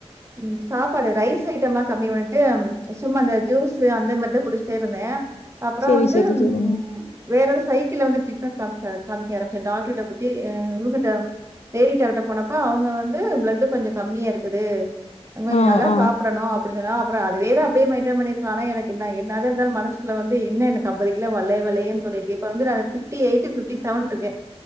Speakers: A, on the right; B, on the left.
A: ம் சாப்பாடு ரைஸ் ரைஸ் ஐட்டம்லா கம்மி பண்ட்டு சும்மா அந்த ஜூஸ்ஸு அந்த மாரிதா குடுச்சுட்டே இருந்த அப்றோ
B: சரி,
A: வந்து
B: சரி,
A: ம்
B: சரிங்க.
A: வேற எத சைக்கிள் வந்து டிஃப்ரண்ட் அ க காமச்சாரு காமிக்க ஆரம்பிச்ச டாக்டர் போ டி அ ருகிட்ட லேடி டாக்டாட்ட போனப்ப அவுங்க வந்து பிளட்டு கொஞ்சோ கம்மியா இருக்குது அங் கொஞ்
B: ஆ,
A: நல்லா
B: ஆ.
A: சாப் டனு அப்பிடின் சொன்னா அப்புறோ அதுவேதா அப்பிடியே மெயின்டைன் பண்ணிருக்கலா ஆனா எனக்கு என்ன என்னதா இருந்தாலு மனசுக்குள்ள வந்து என்ன எனக்கு அம்பதிகிலா வல்லையே வல்லையேன் சொல்லிட்டுருக் இப்ப வந்து நானு ஃபிப்ட்டி எயிட்டு ஃபிப்ட்டி செவன் இருக்